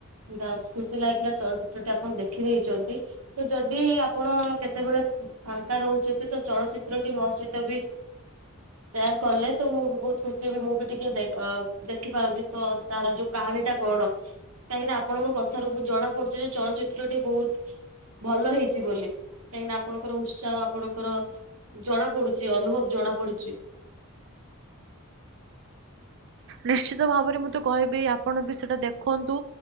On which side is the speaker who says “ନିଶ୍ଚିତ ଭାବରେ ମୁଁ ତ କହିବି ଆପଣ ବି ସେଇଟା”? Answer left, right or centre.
Right